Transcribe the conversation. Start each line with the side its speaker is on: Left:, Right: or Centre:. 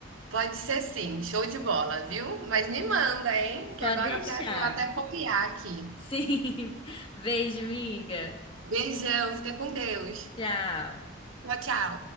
Right: Pode ser sim, show de bola, viu? Mas me manda, hein? Que
Left: Pode
Right: agora
Left: deixar.
Right: eu quero até copiar aqui.
Left: Sim. <laughs> Beijo, miga.
Right: Beijão, fica com Deus.
Left: Tchau.
Right: Tchau, tchau.